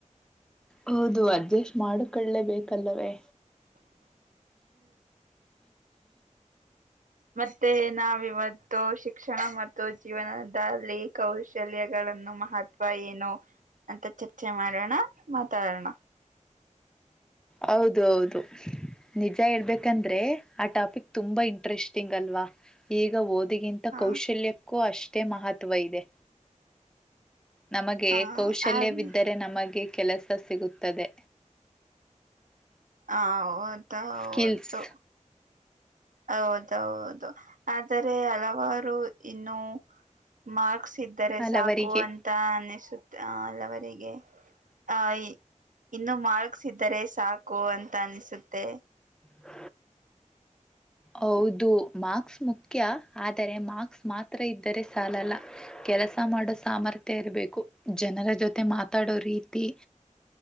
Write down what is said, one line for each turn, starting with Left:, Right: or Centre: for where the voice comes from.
Centre: ಹೌದು ಅಡ್ಜಸ್ಟ್ ಮಾಡು ಕಳ್ಳಲೇ ಬೇಕಲ್ಲವೇ
Right: ಮತ್ತೆ ನಾವಿವತ್ತು ಶಿಕ್ಷಣ ಮತ್ತು ಜೀವನದಲ್ಲಿ ಕೌಶಲ್ಯಗಳನ್ನು ಮಹತ್ವ ಏನು ಅಂತ ಚರ್ಚೆ ಮಾಡೋಣ ಮಾತಾಡೋಣ
Centre: ಹೌದು ಹೌದು ನಿಜ ಇೇಳ್ಬೇಕಂದ್ರೆ ಆ ಟಾಪಿಕ್ ತುಂಬಾ ಇಂಟ್ರೆಸ್ಟಿಂಗ್ ಅಲ್ವಾ ಈಗ ಓದ್ ಇದಗಿಂತ
Right: ಹ
Centre: ಕೌಶಲ್ಯಕ್ಕೂ ಅಷ್ಟೇ ಮಹತ್ವ ಇದೆ ನಮಗೆ
Right: ಹ
Centre: ಕೌಶಲ್ಯವಿದ್ದರೆ
Right: ಅದ್
Centre: ನಮಗೆ ಕೆಲಸ ಸಿಗುತ್ತದೆ
Right: ಹ ಹೌದ ಹೌದು
Centre: ಸ್ಕಿಲ್ಸ್
Right: ಹೌದೌದು ಆದರೆ ಹಲವಾರು ಇನ್ನು ಮಾರ್ಕ್ ಸರೆ
Centre: ಹಲವರಿಗೆ
Right: ಸಾಕು ಅಂತ ಅನಿಸುತ್ತ ಹಲವರಿಗೆ ಆ ಇನ್ನುೂ ಮಾರ್ಕ್ಸ್ ಇದ್ದರೆ ಸಾಕು ಅಂತ ಅನಿಸುತ್ತೆ
Centre: ಹ ಹೌದು ಮಾರ್ಕ್ಸ್ ಮುಖ್ಯ ಆದರೆ ಮಾರ್ಕ್ಸ್ ಮಾತ್ರ ಇದ್ದರೆ ಸಾಲಲ್ಲ ಕೆಲಸ ಮಾಡೋ ಸಾಮರ್ಥ್ಯ ಇರಬೇಕು ಜನರ ಜೊತೆ ಮಾತಾಡೋ ರೀತಿ